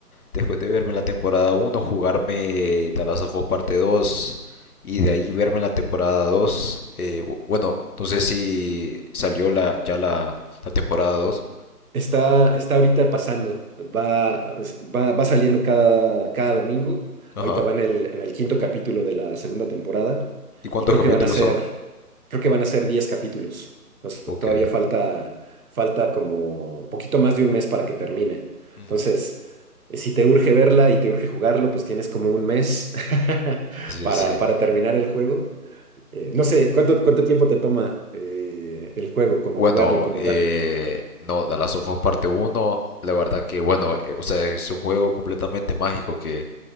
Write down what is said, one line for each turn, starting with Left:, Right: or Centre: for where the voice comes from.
Left: después de verme la temporada uno jugarme Talazofos parte 2 y de ahí verme la temporada 2 eh, bu- bueno, no sé si salió la, ya la, la temporada dos
Right: Está, está ahorita pasando, va, va, va saliendo cada, cada domingo.
Left: Ajá.
Right: Ahorita van en el, en el quinto capítulo de la segunda temporada
Left: ¿Y cuántos
Right: y creo
Left: capítulos
Right: que van a ser,
Left: son?
Right: creo que van a ser 10 capítulos. Entonces,
Left: Ok.
Right: to- todavía falta, falta como poquito más de un mes para que termine.
Left: Ujú.
Right: Entonces, eh, si te urge verla y te urge jugarlo, pues tienes como un mes <laughs>
Left: Sí,
Right: para,
Left: sí.
Right: para terminar el juego. Eh, no sé, ¿cuánto, cuánto tiempo te toma eh, el juego, como
Left: Bueno,
Right: jugarlo como
Left: eh,
Right: tal?
Left: no, The Last of Us parte uno la verdad que, bueno, eh, o sea, es un juego completamente mágico que